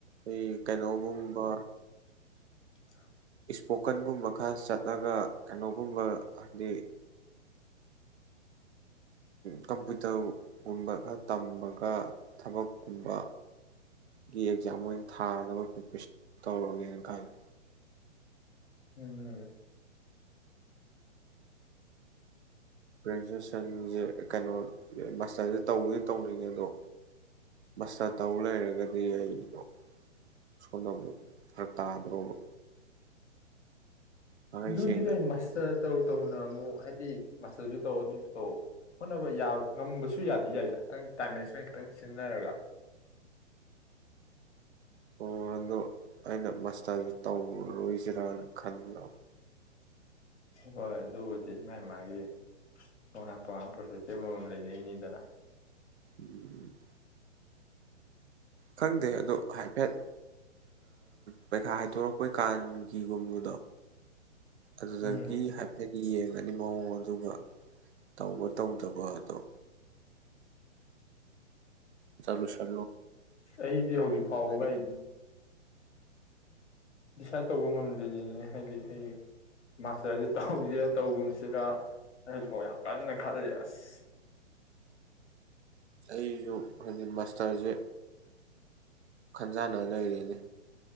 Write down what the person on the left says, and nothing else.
ꯑ
ꯎꯝ
ꯑꯗꯨꯗꯤ
ꯅꯦ ꯃꯥꯁꯇ꯭ꯔ ꯇꯧ ꯇꯧꯅ ꯑꯃꯨꯛ ꯍꯥꯏꯗꯤ ꯃꯥꯁꯇꯔꯁꯨ ꯇꯧ ꯑꯗꯨꯁꯨ ꯇꯧ ꯍꯣꯠꯅꯕ ꯉꯝꯕꯁꯨ ꯌꯥꯗꯤ ꯌꯥꯏꯗ ꯈꯤꯇꯪ ꯇꯥꯏꯝ ꯃꯦꯅꯦꯖꯃꯦꯟ ꯈꯤꯇꯪ ꯁꯤꯖꯤꯟꯅꯔꯒ
ꯍꯣꯏ ꯑꯗꯨꯕꯨꯗꯤ ꯃꯥꯒꯤ ꯃꯥꯒꯤ ꯇꯣꯉꯥꯟ ꯇꯣꯉꯥꯟ ꯄꯣꯔꯁꯨꯂꯤꯇꯤ ꯑꯃꯃꯝ ꯂꯩꯅꯩꯅꯤꯗꯅ
ꯎꯝ
ꯑꯩꯗꯤ ꯍꯧꯖꯤꯛ ꯐꯥꯎꯕ
ꯕ ꯥꯏ ꯗꯤꯁꯥꯏꯠ ꯇꯧꯕ ꯉꯝꯗꯔꯤꯅꯤꯅꯦ ꯍꯥꯏꯗꯤ ꯑꯩ ꯃꯥꯁꯇꯔꯁꯦ ꯇꯧꯍꯧꯁꯤꯔ ꯇꯧꯒꯨꯝꯁꯤꯔꯥ ꯑꯩ ꯍꯧꯖꯤꯛ ꯐꯥꯎ ꯌꯥꯝ ꯀꯟꯅ ꯈꯜꯂꯤ ꯑꯁ